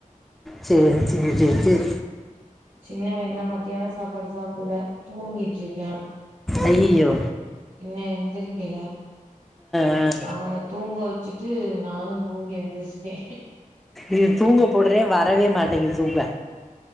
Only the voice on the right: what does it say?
சின்னவ என்னன்னா மத்தியான சாப்பாடு சாப்படல தூங்கிட்ருக்கா
இன்னு எந்திரிக்கல
அவன தூங்க வச் சிட்டு நானு தூங்கி எந்துரிச்சிட்டே